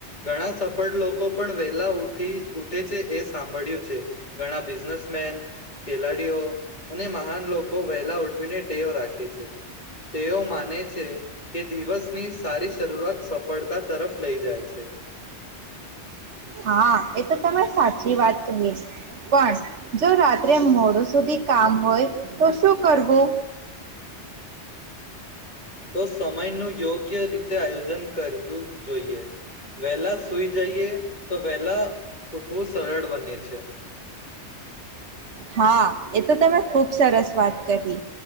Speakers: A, on the left; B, on the right.
A: ઘણા સફળ લોકો પણ વહેલા ઉઠી ઉઠે છે એ સાંભળ્યું છે, ઘણા બિઝનેસમેન, ખેલાડીઓ અને મહાન લોકો વેલા ઉઠવીને ટેવ રાખે છે. તેઓ માને છે કે દિવસ ની સારી શરૂઆત સફળતા તરફ લઈ જાય છે.
B: હા, એ તો તમે સાચી વાત કહી. પણ, જો રાત્રે મોડું સુધી કામ હોય તો શું કરવું?
A: તો સમયનો યો ગ્ય રીતે આયોજન કરવું જોઈએ. વેલા સુઈ જઈએ તો વેલા ઉઠવું સરળ બને છે.
B: હા, એ તો તમે ખુબ સરસ વાત કરી.